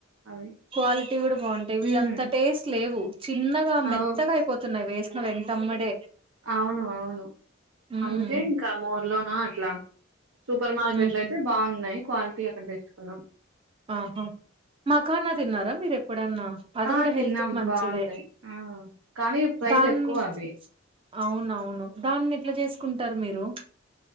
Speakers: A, on the right; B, on the right.
A: అవి
B: క్వాలిటీ గూడా బాగుంటాయి ఇవి
A: ఉమ్
B: అంత టేస్ట్ లేవు చిన్నగా
A: అవు
B: మెత్తగా అయిపోతున్నాయి వేసిన వె తమ్మడే
A: అవును అవును
B: ఉమ్
A: అందుకే ఇంకా మోర్లోనా అట్లా సూపర్ మార్కెట్లు
B: ఉహు
A: అయితే బాగున్నాయి క్వాలిటీ అక్కడ తెచ్చుకున్నాం
B: ఆహా మాకన తిన్నారా మీరే ఎప్పుడన్నా అది
A: ఆ
B: గూడా
A: తిన్నాం
B: హెల్త్ కి మంచిదే
A: బాగుంటాయి ఆ కానీ ప్రైస్
B: దాన్ని
A: ఎక్కువ అవి
B: అవునవును దాన్ని ఎట్లా జేసుకుంటారు మీరు